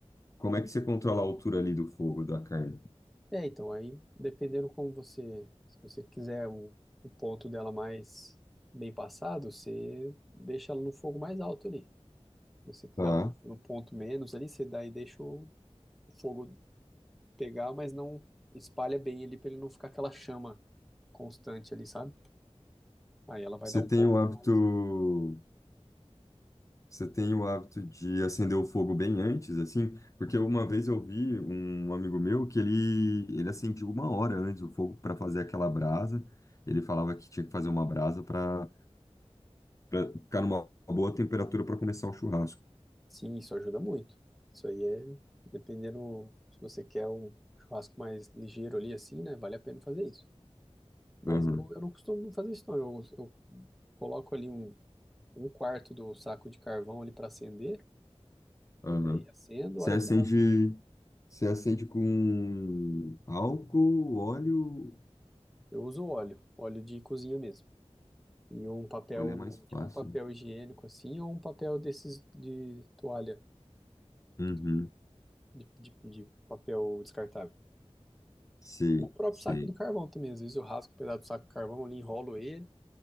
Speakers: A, on the left; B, in the centre.
A: Como é que você controla a altura ali do fogo da carne?
B: é, então, aí dependendo como você, se você quiser o, o ponto dela mais bem passado, você deixa ela no fogo mais alto ali. Se você quiser
A: Tá.
B: ela no, no ponto menos ali, você daí deixa o fogo pegar, mas não espalha bem ali pra ele não ficar aquela chama constante ali, sabe? Aí ela vai
A: Você
B: dar um
A: tem
B: ponto
A: o hábito.
B: mais
A: Você tem o hábito de acender o fogo bem antes, assim? Porque uma vez eu vi um amigo meu que ele, ele acendia uma hora antes o fogo para fazer aquela brasa. Ele falava que tinha que fazer uma brasa para. Pra ficar numa boa temperatura para começar o churrasco.
B: Sim, isso ajuda muito. Isso aí é, dependendo, se você quer um churrasco mais ligeiro ali, assim, né? Vale a pena fazer isso. Mas
A: Aham,
B: eu, eu não costumo fazer isso, não. Eu, eu coloco ali um, um quarto do saco de carvão ali para acender,
A: aham.
B: e daí acendo,
A: Você
B: a hora
A: acende,
B: que ela.
A: você acende com álcool, óleo.
B: Eu uso óleo, óleo de cozinha mesmo. E um papel,
A: Olha, é mais fácil.
B: tipo um papel higiênico assim, ou um papel desses de toalha,
A: Uhum.
B: de, de, de, de papel descartável.
A: Sei,
B: O próprio
A: sei.
B: saco do carvão também. Às vezes eu rasgo um pedaço do saco do carvão ali, enrolo ele.